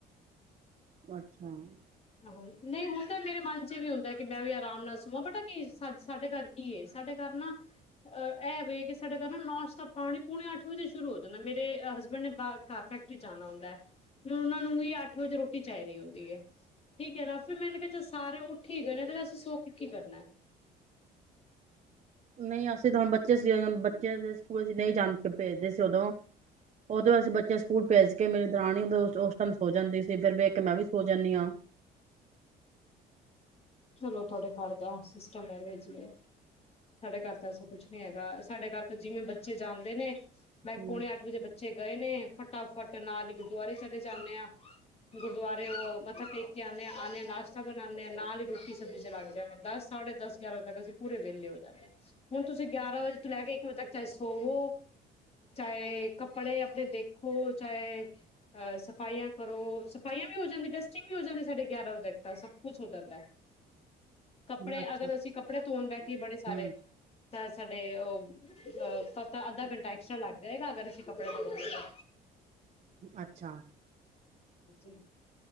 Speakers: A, on the right; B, on the left.
A: ਅੱਛਾ, ਹੂੰ
B: ਆਹੋ ਨਹੀਂ, ਮੇਰੇ ਮਨ ਚ ਵੀ ਹੁੰਦਾ ਕਿ ਮੈਂ ਵੀ ਆਰਾਮ ਨਾਲ ਸੋਵਾਂ ਬਟਾ ਕੀ ਸਾ ਸਾਡੇ ਘਰ ਕੀ ਹੈ ਸਾਡੇ ਘਰ ਨਾ ਅ ਇਹ ਵੇ ਕਿ ਸਾਡੇ ਘਰ ਨਾ ਨਸ਼ਤਾ ਪਾਣੀ ਪੂਣੇ ਅੱਠ ਵਜੇ ਸ਼ੁਰੂ ਹੋ ਜਾਂਦਾ ਮੇਰੇ ਹਸਬੈਂਡ ਨੇ ਘਰ ਫੈਕਟਰੀ ਜਾਣਾ ਹੁੰਦਾ ਹੈ ਉਹਨਾਂ ਨੂੰ ਵੀ ਅੱਠ ਵਜੇ ਰੋਟੀ ਚਾਹੀਦੀ ਹੁੰਦੀ ਹੈ। ਠੀਕ ਹੈ ਨਾ ਫਿਰ ਮੈਂਨੇ ਕਿਹਾ ਸਾਰੇ ਉਹ ਠੀਕ ਹੋਏ ਨੇ। ਤੂੰ ਸੋ ਕੇ ਕੀ ਕਰਨਾ।
A: ਨਹੀਂ ਅਸੀਂ ਤਾਂ ਹੁਣ ਬੱਚੇ ਸੀ ਬੱਚੇ ਦੇ ਸਕੂਲ ਨਹੀਂ ਜਾ ਭੇਜਦੇ ਸੀ ਉਦੋਂ ਉਦੋਂ ਅਸੀਂ ਬ ਸਕੂਲ ਭੇਜ ਕੇ ਮੇਰੀ ਦਰਾਨੀ ਉਸ ਟਾਈਮ ਸੋ ਜਾਂਦੀ ਸੀ, ਫਿਰ ਵੇਖ ਕੇ ਮੈਂ ਵੀ ਸੋਚ ਜਾਂਦੀ ਹਾਂ।
B: ਚਲੋ ਤੁਹਾਡੇ ਘਰ ਦਾ ਸਿਸਟਮ ਹੈਨਾ ਜੀਵੇ ਸਾਡੇ ਘਰ ਤਾਂ ਐਸਾ ਕੁਛ ਨੀ ਹੈਗਾ ਸਾਡੇ ਘਰ ਜਿਵੇਂ ਬੱਚੇ ਜਾਂਦੇ ਨੇ
A: ਹੂੰ
B: ਬਸ ਪੌਣੇ ਅੱਠ ਵਜੇ ਬੱਚੇ ਗਏ ਨੇ ਫਟਾਫਟ ਨਾਲ ਹੀ ਗੁਰਦੁਆਰੇ ਚਲੇ ਜਾਂਦੇ ਆ, ਗੁਰਦੁਆਰੇ ਉਹ ਮੱਥਾ ਟੇਕ ਆਨੇ ਆ ਆਨੇ ਆ ਨਾਸ਼ਤਾ ਬਣਾਨੇ ਆ ਨਾਲ ਹੀ ਰੋਟੀ ਸਬਜ਼ੀ ਚ ਲੱਗ ਜਾਨੇ ਆ ਦਸ ਸਾਢੇ ਦਸ ਗਿਆਰਾਂ ਵਜੇ ਤੱਕ ਅਸੀਂ ਪੂਰੇ ਵਿਹਲੇ ਹੋ ਜਾਂਨੇ ਹਾਂ, ਹੁਣ ਤੁਸੀਂ ਗਿਆਰਾਂ ਵਜੇ ਤੋਂ ਲੈ ਕੇ ਇੱਕ ਵਜੇ ਤੱਕ ਚਾਹੇ ਸੋਵੋ ਚਾਹੇ ਕੱਪੜੇ ਆਪਣੇ ਦੇਖੋ ਚਾਹੇ ਅਹ ਸਫਾਈਆਂ ਕਰੋ ਸਫਾਈਆਂ ਵੀ ਹੋ ਜਾਂਦੀ ਟੈਸਟਿੰਗ ਵੀ ਹੋ ਜਾਂਦੀ ਸੀ। ਸਾਢੇ ਗਿਆਰਾਂ ਵਜੇ ਤੱਕ ਤਾਂ ਸਭ ਕੁੱਛ ਹੋ ਜਾਂਦਾ। ਕੱਪੜੇ
A: ਅੱਛਾ
B: ਅਗਰ ਅਸੀਂ ਕੱਪੜੇ ਧੋਣ ਬੈਠੀਏ ਬੜੇ ਸਾਰੇ
A: ਹੂੰ
B: ਤਾਂ ਸਾਡੇ ਉਹ ਅਹ ਸ ਅੱਧਾ ਘੰਟਾ ਐਕਸਟਰਾ ਲੱਗ ਜਾਏਗਾ, ਸ਼ਅਗਰ ਅਸੀਂ ਕੱਪੜੇ ਧੋਵਾ ਗੇ ਤਾਂ
A: ਅੱਛਾ,
B: ਜੀ